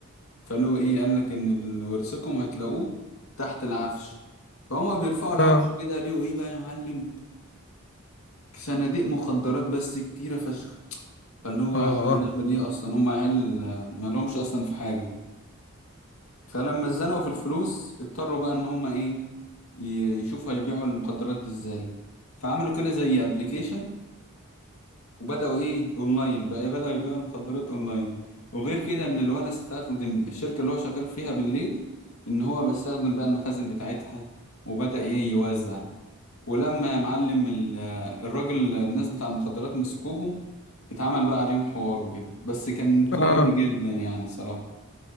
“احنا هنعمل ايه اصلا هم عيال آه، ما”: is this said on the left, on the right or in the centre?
Left